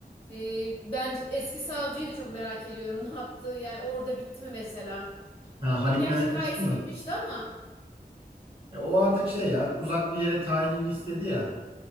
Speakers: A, on the left (about 35°); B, on the right (about 35°).
A: e, ben eski savcıyı da çok merak ediyorum. <laughs> Ne yaptı? Yani orada bitti mi mesela?
B: Ha,
A: Onun
B: Halit
A: gerçi
B: Mehmet
A: hikayesi
B: güçlü mü?
A: bitmişti ama
B: E, o artık şey ya uzak bir yere tayinini istedi ya.